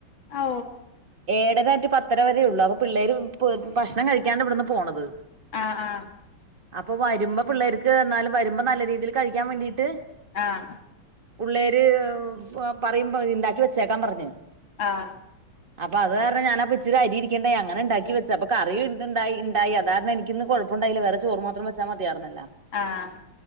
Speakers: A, on the left; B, on the right.
A: ഓ
B: ഏഴര റ്റു പത്തര വരേ ഉള്ളു അപ്പൊ പിള്ളേര് ഭക്ഷണം കഴിക്കാണ്ട് ഇവിടുന്ന് പോണത്
A: ആഹ ആഹ
B: അപ്പൊ വരുമ്പോ പിള്ളേർക്ക് എന്നാലും വരുമ്പോ നല്ല രീതിയിൽ കഴിക്കാൻ വേണ്ടീട്ട്
A: ആഹ
B: പിള്ളേര് പറയുംമ്പ ഇണ്ടാക്കി വെച്ചേക്കാൻ പറഞ്ഞു
A: ആ
B: അപ്പൊ അത് കാരണം ഞാൻ അപ്പോ ഇച്ചിരി അരി ഇരിക്കേണ്ട അങ്ങനെ ഉണ്ടാക്കി വെച്ച അപ്പൊ കറി ഉണ്ടായിണ്ടായി അതാരണം എനിക്ക്ന്ന് കെഴപ്പ അപ്പൊണ്ട അയിൽ വേറെച്ചോറ് മാത്രം വച്ചാൽ മതിയാറ്ന്നല്ലോ
A: ആ